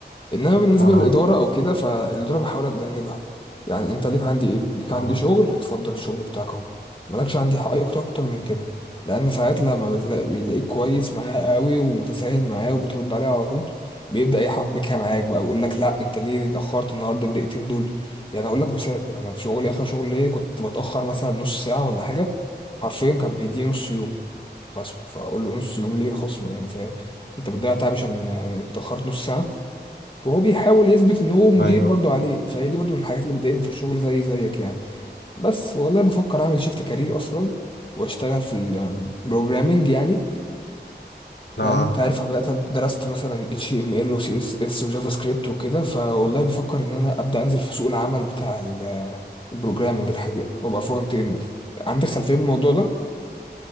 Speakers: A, on the left; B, on the left.
A: انما بالنسبه
B: اه
A: للاداره او كده فالاداره بحاول اتجنبها يعني انت ليك عندي ايه ليك
B: اه
A: عندي شغل اتفضل الشغل بتاعك اهو مالكش عندي حق اي اكتر اكتر من كده لان ساعات لما بتلاقي بيلاقيك كويس معاه قوي ومتساهل معاه وبترد عليه على طول بيبدا يحبكها معاك بقى ويقول لك لا انت ليه اتاخرت النهارده الدقيقتين دول يعني اقول لك مثال انا في شغلي اخر شغل ليا كنت بتاخر مثلا نص ساعه ولا حاجه حرفيا كان بيديني نص يوم خصم فاقول له نص يوم ليه خصم يعني فاهم انت بتضيع تعب عشان آه، اتاخرت نص ساعه وهو بيحاول يثبت ان هو مدير
B: ايوه
A: برضو عليك فهي دي برضو من الحاجات اللي بتضايقني في الشغل زي زيك يعني بس والله بفكر اعمل شيفت كارير اصلا واشتغل في البروجرامنج يعني
B: لا
A: لان انت عارف انا بدات درست مثلا اتش تي ام ال وسي اس اس وجافا سكريبت وكده فوالله بفكر ان انا ابدا انزل في سوق العمل بتاع البروجرامنج الحقيقه وابقى فرونت اند عندك خلفيه بالموضوع ده